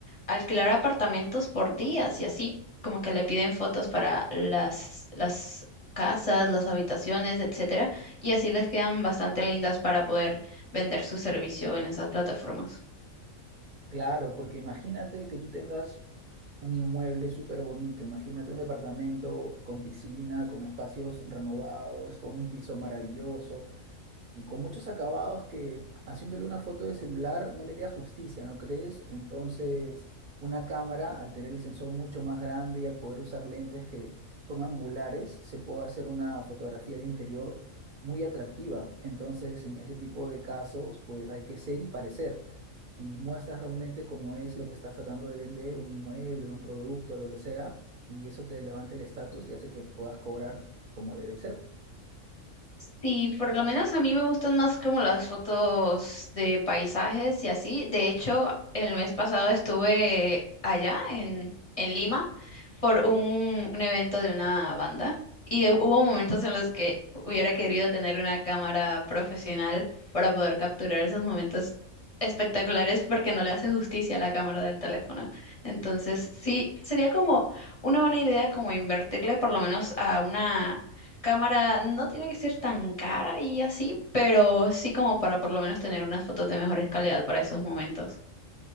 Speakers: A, on the left; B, on the right.
A: alquilar apartamentos por días y así, como que le piden fotos para las, las casas, las habitaciones, etcétera, y así les quedan bastante lindas para poder vender su servicio en esas plataformas.
B: Claro, porque imagínate que tú tengas un inmueble súper bonito, imagínate un departamento con piscina, con espacios renovados, con un piso maravilloso, y con muchos acabados que haciéndole una foto de celular no le haría justicia, ¿no crees? Entonces, una cámara, al tener el sensor mucho más grande y al poder usar lentes que son angulares, se puede hacer una fotografía de interior muy atractiva. Entonces, en ese tipo de casos, pues hay que ser y parecer. Y muestras realmente cómo es lo que estás tratando de vender, un inmueble, un producto, lo que sea, y eso te levanta el estatus y hace que puedas cobrar como debe ser.
A: Sí, por lo menos a mí me gustan más como las fotos de paisajes y así. De hecho, el mes pasado estuve allá en, en Lima por un, un evento de una banda y eh, hubo momentos en los que hubiera querido tener una cámara profesional para poder capturar esos momentos espectaculares porque no le hace justicia a la cámara del teléfono. Entonces, sí, sería como una buena idea como invertirle por lo menos a una cámara no tiene que ser tan cara y así, pero sí como para por lo menos tener unas fotos de mejores calidad para esos momentos.